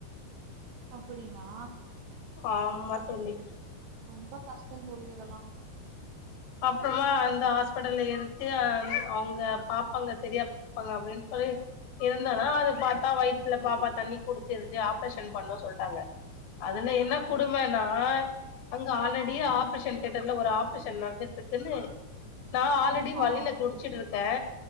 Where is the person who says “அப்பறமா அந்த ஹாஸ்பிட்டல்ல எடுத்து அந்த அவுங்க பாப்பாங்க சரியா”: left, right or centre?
Left